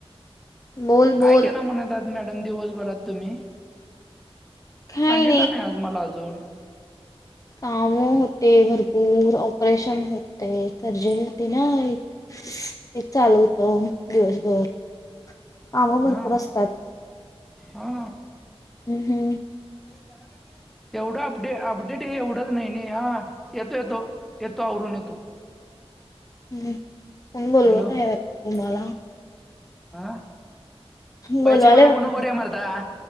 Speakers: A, on the left; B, in the centre.
A: बोल बोल
B: काय केला म्हणायच आज मॅडम दिवसभरात तुम्ही
A: काय
B: सांगितलं नाही आज मला अजून
A: काम होते भरपूर ऑपरेशन होते सर्जरी होती ना एक हे चालू होत दिवसभर काम भरपूर
B: हा
A: असतात
B: हा
A: हम् हम्
B: हे घराकडे तेवढां अपडे अपडेट हे एवढंच नाहीं नाहीं हां येतो येतो येतो आवरूंन येतो
A: हम्मं कोणं बोलवतं
B: हॅलो
A: आहे तुम्हांला
B: हं
A: बोलवायला
B: पैसे मागूं
A: वाटतं
B: नको रे मारतां